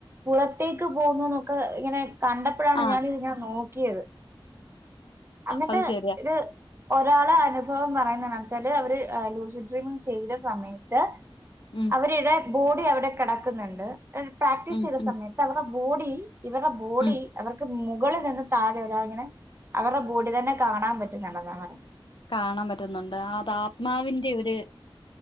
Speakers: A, on the right; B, on the left.
A: പുറത്തേക്ക് പോകുന്നുന്നൊക്കെ ഇങ്ങനെ കണ്ടപ്പോളാണ്
B: ആഹ്
A: ഞാന് ഇത്ങ്ങനെ നോക്കിയത് അങ്ങട്ട്
B: അത് ശരിയാ
A: ഇത് ഒരാളെ അനുഭവം പറയുന്ന എന്നാ വെച്ചാല് അവര് ലൂസി ഡ്രീമിങ് ചെയ്ത സമയത്ത്
B: ഉം
A: അവരുടെ ബോഡി അവിടെ കടക്കുന്നുണ്ട് പ്രാക്ടീസ്
B: ഉം
A: ചെയ്ത
B: ഉം
A: സമയത്ത് അവടെ ബോഡി ഇവരുടെ ബോഡി
B: ഉം
A: അവർക്ക് മുകളിൽ നിന്ന് താഴെ ഒരാളിങ്ങനെ അവരുടെ ബോഡി തന്നെ കാണാൻ പറ്റുന്നുണ്ടെന്നാ പറഞ്ഞ
B: കാണാൻ പറ്റുന്നുണ്ട് അത് ആത്മാവിന്റെ ഒരു